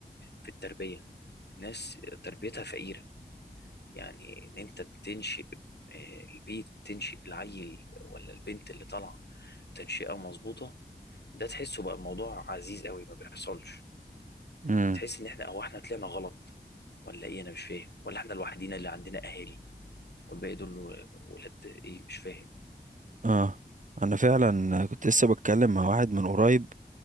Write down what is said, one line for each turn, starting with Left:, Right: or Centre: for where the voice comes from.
Left: في التربيه الناس تربيتها فقيره يعني ان انت بتنشئ آه، البيت تنشئ العيل ولا البنت اللي طالعه تنشئه مظبوطه ده تحسه بقى موضوع عزيز قوي ما بيحصلش
Right: امم
Left: تحس ان احنا او احنا طلعنا غلط ولا ايه انا مش فاهم ولا احنا الوحيدين اللي عندنا اهالي والباقي دول ولاد ايه مش فاهم
Right: اه انا فعلا كنت لسه بتكلم مع واحد من قريب